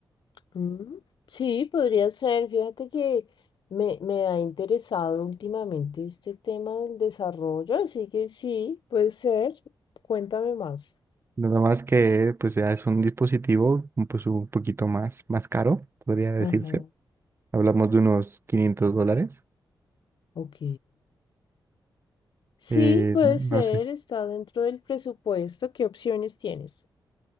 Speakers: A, on the left; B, on the right.
A: Mm, Sí, podría ser. Fíjate que me, me ha interesado últimamente este tema del desarrollo, así que sí, puede ser. Cuéntame más.
B: Nada más que pues ya es un dispositivo pues un poquito más, más caro, podría decirse.
A: Ajá,
B: Hablamos de unos 500 dólares.
A: ok. Sí,
B: Eh,
A: puede
B: no
A: ser.
B: sé. si-
A: Está dentro del presupuesto. ¿Qué opciones tienes?